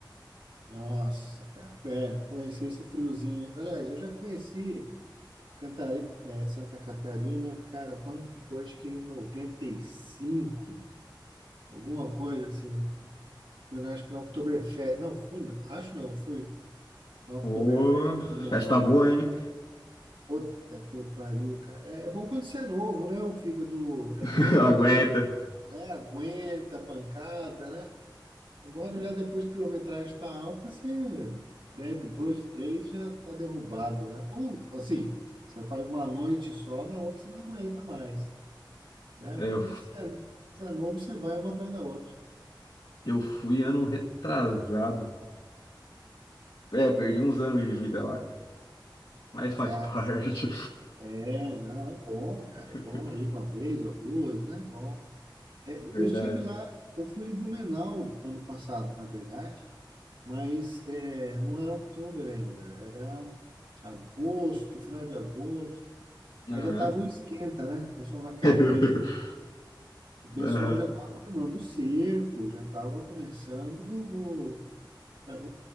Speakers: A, on the right (about 85°); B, on the left (about 85°).
A: Nossa, cara, é, conheci esse friozinho. aí. Aliás, eu já conheci Cantari- é, Santa Catarina, cara, quando que foi? Acho que em 95, alguma coisa assim. Fui, na- acho que na Oktoberfest. Não, fui, não. acho não, fui na Oktoberfest
B: Ô,
A: em Blumenau.
B: festa boa, hein?
A: Puta que eu pariu, cara. É, é bom quando você é novo, né? O fígado é
B: <laughs>
A: novo.
B: Aguenta.
A: né? Aguenta a pancada, né? Agora já depois que a quilometragem está alta, você bebe dois, três, já está derrubado, né? Ou assim, você faz uma noite só, na outra você não aguenta mais, né?
B: É,
A: Quando
B: eu,
A: Você é você é novo, você vai uma atrás da outra.
B: eu fui ano retrasado. É, perdi uns anos de vida lá, cara. Mas faz
A: Ah,
B: parte.
A: é, não, é bom, cara,
B: <laughs>
A: é bom ir uma vez ou duas, né? É bom. É,
B: Verdade.
A: eu estive lá, eu fui em Blumenau ano passado, na verdade. Mas é, não era outubro ainda, era agosto, final de agosto.
B: Aham.
A: Aí já tava um esquenta, né? Nós fomos naquela
B: <laughs>
A: vila, de- o pessoal
B: Aham.
A: já estava formando o cerco, já estava começando o, o,